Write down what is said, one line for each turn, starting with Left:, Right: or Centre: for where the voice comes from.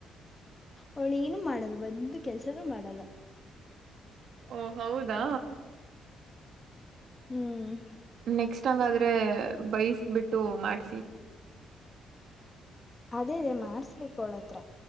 Left: ಅವಳು ಏನು ಮಾಡಲ್ಲ ಒಂದು ಕೆಲ್ಸನೂ ಮಾಡಲ್ಲ.
Right: ಓ ಹೌದಾ
Left: ಹ್ಮ್
Right: ನೆಕ್ಸ್ಟ್ ಹಂಗಾದ್ರೆ ಬೈಸ್ ಬಿಟ್ಟು ಮಾಡ್ಸಿ
Left: ಅದೇ ಮಾಡ್ಸ್ಬೇಕು ಅವಳತ್ರ